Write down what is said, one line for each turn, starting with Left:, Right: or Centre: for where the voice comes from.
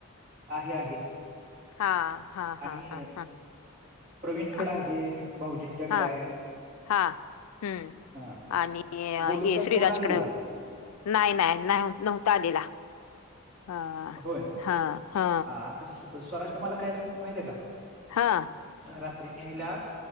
Right: आहे आहे.
Left: हा हा
Right: आणि
Left: हा हा हा
Right: प्रवीणकडं
Left: हा
Right: आहे भाऊजींच्या कडें
Left: हा
Right: आहे.
Left: हा हम्
Right: हा
Left: आणि
Right: गोलूच
Left: हे
Right: काय
Left: श्रीराजकड
Right: फोन आलेला का
Left: नाही नाही नाही नव्हता आलेला. हा
Right: होय
Left: हा हा
Right: आता स्वराजने मला काय सांगितलं माहितीय का
Left: हा
Right: रात्री न्यायला